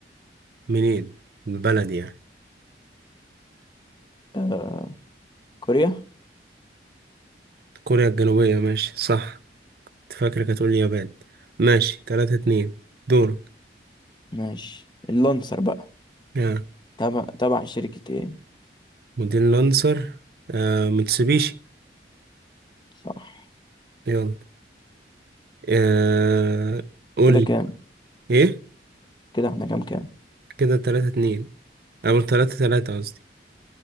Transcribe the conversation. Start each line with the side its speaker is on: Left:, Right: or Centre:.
Right: منين البلد يعني
Left: أه كوريا
Right: كوريا الجنوبية ماشي صح كنت فاكرك هتقول اليابان ماشي تلاتة اتنين دورك
Left: ماشي اللانسر بقى
Right: آه.
Left: تبع تبع شركة إيه
Right: موديل لانسر آه. متسوبيشي
Left: صح
Right: يلا آه. قول
Left: كده
Right: لي
Left: كام
Right: ايه
Left: كده إحنا كام كام
Right: كده تلاتة اتنين او تلاتة تلاتة قصدي